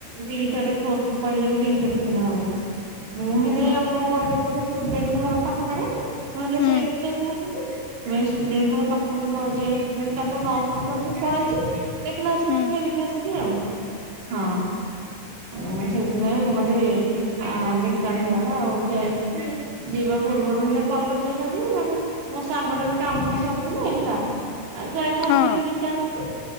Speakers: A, on the right; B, on the left.
A: ଦିଟାରେ କହିଲେ କି ଦିଟାରେ ଖୋଲା ହବା ପାଇଁ। ମୁଁ ହେଲେ
B: ହୁଁ
A: ଆମ କଲେଜ ଗୋଟେ ଷ୍ଟୁଡେଣ୍ଟ ଘର ପାଖରେ ମୁଁ ହେଲେ
B: ହୁଁ
A: ସେଇଠିକି ଯାଇଥାନ୍ତି ଯେ ମେସ୍ ଷ୍ଟୁଡେଣ୍ଟ ପାଖକୁ ନ ଯାଇ ମୁଁ ତାକୁ ନ ଫୋନ କରିକି ମୁ ପଳେଇଛି। ଦେଖିଲା ଆଶିକି
B: ହୁଁ
A: ମୁଁ ଫେରିକି ଆସିଲି ଆଉ। ହଁ ମୁ ସେଥିପାଇଁ ମୁକହିଲି ଆ ବେକାର ହେଇଗଲା ଆଉ ଯାଇଥିଲି ଯିବା ପୂର୍ବରୁ ହେଲେ କଲ୍ କରିଦେଇଥାନ୍ତି ମାନେ ମୋ ସାଙ୍ଗଟା ର କାମ ସରିଥିଲେ ହେଲା ଆଉ ଯାଇଥାନ୍ତୁ
B: ହଁ
A: ହେଲେ ଦିଟା ଆସିକି।